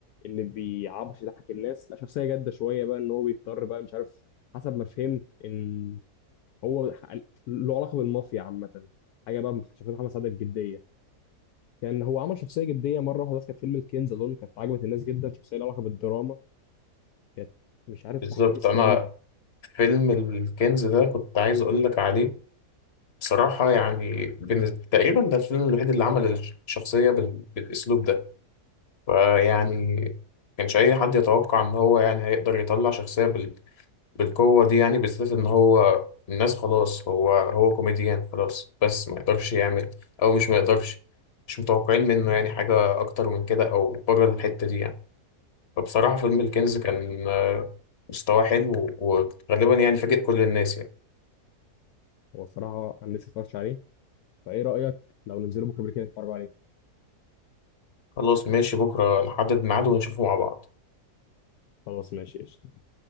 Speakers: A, on the left (about 75°); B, on the left (about 45°).
A: اللي بيعبش يضحك الناس لا شخصية جادة شوية بقى ان هو بيضطر بقى مش عارف حسب ما فهمت ان هو ح- له علاقة بالمافيا عامة حاجة بقى مح- شخصية محمد سعد الجدية كان هو عمل شخصية جدية مرة واحدة بس كانت فيلم الكنز أظن كانت عجبت الناس جدا شخصية لها علاقة بالدراما كانت مش عارف
B: بالظبط
A: تحت اسم
B: انا
A: مين
B: فيلم الكنز ده كنت عايز اقول لك عليه بصراحه يعني بالنسبة تقريبا ده الفيلم الوحيد اللي عمل الش- الشخصيه بال... بالاسلوب ده فيعني كانش اي حد يتوقع ان هو يعني هيقدر يطلع شخصيه بال... بالقوه دي يعني بالذات ان هو الناس خلاص هو هو كوميديان خلاص بس ما يقدرش يعمل او مش ما يقدرش مش متوقعين منه يعني حاجه اكتر من كده او بره الحته دي يعني فبصراحة فيلم الكنز كان آه، مستواه حلو وغالبا يعني فاجئ كل الناس يعني
A: هو الصراحة أنا لسه متفرجتش عليه فإيه رأيك لو ننزله بكرة بالليل كده نتفرج عليه
B: خلاص ماشي بكرة نحدد ميعاد ونشوفه مع بعض
A: خلاص ماشي قشطة